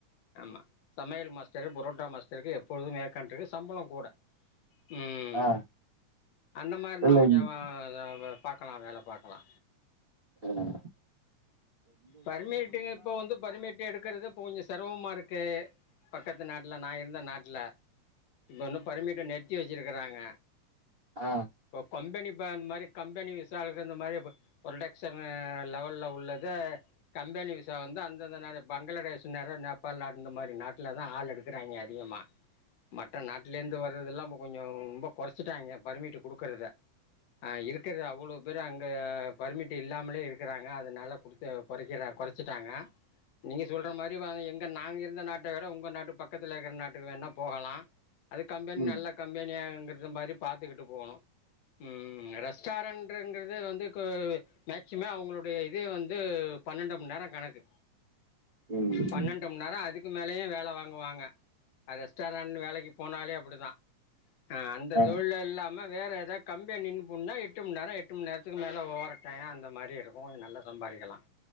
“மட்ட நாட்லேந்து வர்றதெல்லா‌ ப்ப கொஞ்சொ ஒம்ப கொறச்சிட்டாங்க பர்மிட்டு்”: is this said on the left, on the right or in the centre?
Left